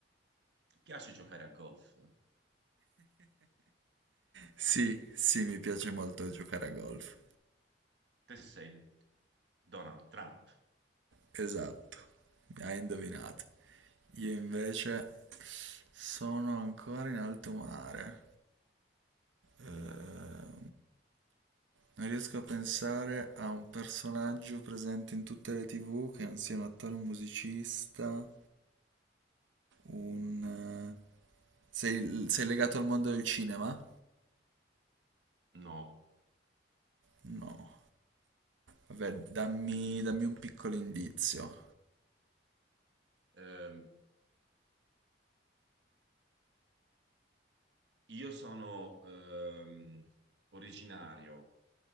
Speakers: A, on the right; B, on the right.
A: piace giocare a golf?
B: Sì, sì, mi piace molto giocare a golf.
A: Te sei Donald Trump?
B: Esatto. Hai indovinato. Io invece sono ancora in alto mare. Ehm, non riesco a pensare a un personaggio presente in tutte le TV che non sia un attore o un musicista. Un... eh, Sei, sei legato al mondo del cinema?
A: No.
B: No. Vabbè, dammi, dammi un piccolo indizio
A: Ehm, io sono ehm, originario